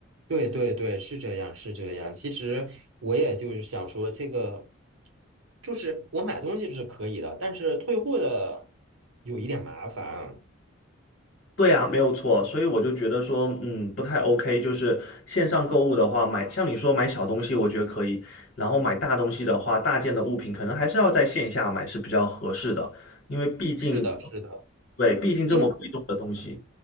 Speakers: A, on the right; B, on the left.
A: 对对对，是这样，是这样。其实我也就是想说，这个就是我买东西是可以的，但是退货的有一点麻烦。
B: 对啊，没有错，所以我就觉得说，嗯，不太 OK。就是线上购物的话，买像你说买小东西，我觉得可以；然后买大东西的话，大件的物品可能还是要在线下买是比较合适的，因为毕竟，
A: 是的，是的，
B: 对，毕竟这么贵重的东西。
A: 因为